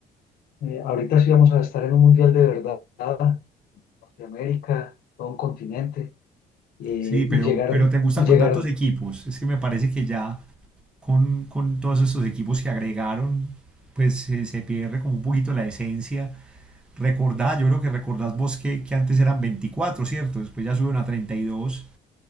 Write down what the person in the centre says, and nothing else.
Sí, pero,
pero te gusta
con
tantos equipos, es que me parece que ya con, con todos estos equipos que agregaron, pues se, se pierde como un poquito la esencia. Recordá, yo creo que recordás vos que, que antes eran 24, ¿cierto? Después ya suben a 32.